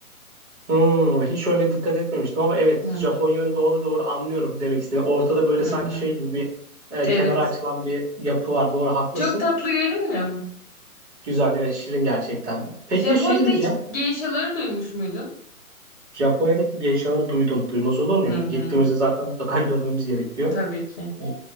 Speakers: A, on the right (about 50°); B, on the left (about 35°).
A: hmm, hiç öyle dikkat etmemiştim ama evet
B: Hı hı.
A: Japonya'nın doğru doğru anlıyorum demek istediğini. Ortada böyle
B: hı
A: sanki
B: hı.
A: şey gibi bir e,
B: Evet.
A: kenara açılan bir yapı var doğru haklısın.
B: Çok tatlı görünmüyor mu?
A: Güzel evet şirin gerçekten. Peki
B: Japonya'da
A: şey diyeceğim
B: hiç geishaları duymuş muydun?
A: Japonya'daki geishaları duydum duymaz olur muyum?
B: Hı hı.
A: Gittiğimizde zaten mutlaka <laughs> görmemiz gerekiyor.
B: Tabii ki.
A: Ee,